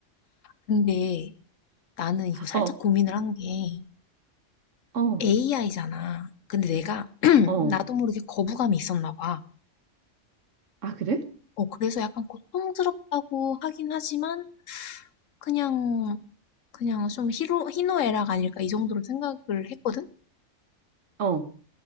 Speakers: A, on the left; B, on the right.
A: 근데 나는 이거 살짝
B: 어,
A: 고민을 한 게
B: 어,
A: AI잖아. 근데 내가 <clears throat>
B: 어.
A: 나도 모르게 거부감이 있었나 봐.
B: 아, 그래?
A: 어, 그래서 약간 고통스럽다고 하긴 하지만 그냥, 그냥 좀 희로, 희노애락 아닐까 이 정도로 생각을 했거든?
B: 어.